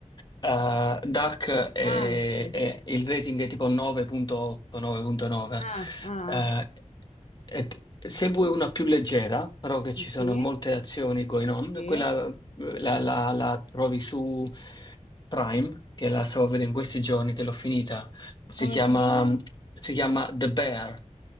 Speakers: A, on the left; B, on the left.
A: Eh, Dark è,
B: Ah, sì.
A: è- il rating è tipo 9.8, 9.9.
B: Ah, ah,
A: Eh,
B: ah.
A: e t- se vuoi una più leggera, però che ci
B: sì.
A: sono molte azioni going on,
B: Sì.
A: quella eh, la, la- la trovi su Prime, che la stavo vedendo in questi giorni, che l'ho finita. Si
B: Come
A: chiama,
B: si chiama?
A: si chiama The Bear,